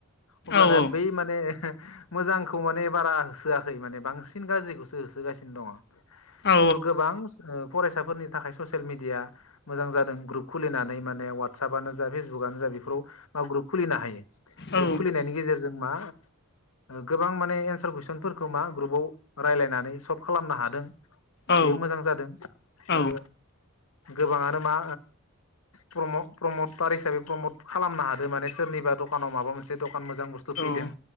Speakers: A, on the left; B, on the left.
A: अब्लाना
B: औ औ
A: बै माने मोजांखौ माने बारा होसोआखै माने बांसिन गाज्रिखौसो होसोगासिनो दङ।
B: औ
A: खिन्थु गोबां ओ फरायसाफोरनि थाखाय ससियेल मिडिया मोजां जादों ग्रुप खुलिनानै माने वाट्सपनो जा फेसबुकनो जा बेफोराव मा ग्रुप खुलिनो हायो। ग्रुप
B: औ
A: खुलिनायनि गेजेरजों मा गोबां माने एन्सार कुइसनफोरखौ मा ग्रुपाव रायज्लायनानै सल्भ खालामनो हादों।
B: औ
A: बेयो मोजां जादों आरो
B: औ
A: गोबाङानो मा प्र-प्रमटार हिसाबै प्रमट खालामनो हादों माने सोरनि एबा दखानाव माबा मोनसे दखान मोजां बुस्थु
B: औ
A: फैदों
B: ओं